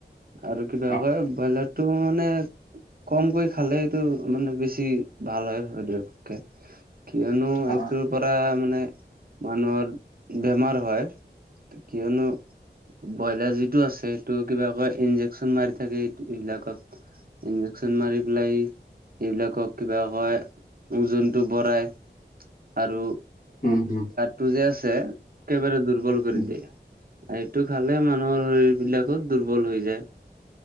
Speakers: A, on the right; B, on the left.
A: আৰু কিবা
B: অ
A: কয় কয়লাৰ টো মানে কম কৈ খালে এইটো মানে বেছি ভাল শৰীৰৰ পক্ষে। কিয়নো এইটোৰ
B: অ
A: পৰা মানে মানুহৰ বেমাৰ হয়। কিয়নো ব্ৰইলাৰ যিটো আছে, সেইটো কিবা কয়, ইনজেকচন মাৰি থাকে এইট এইবিলাকক। ইনজেকশন মাৰি পেলাই এইবিলাকক কিবা কয়, ওজনতটো বঢ়াই আৰু
B: উম-উম।
A: তো যে আছে, একেবাৰে দুৰ্বল কৰি
B: উম
A: দিয়ে। এইটো খালে মানুহৰ শৰীৰ বিলাকো দুৰ্বল হৈ যায়।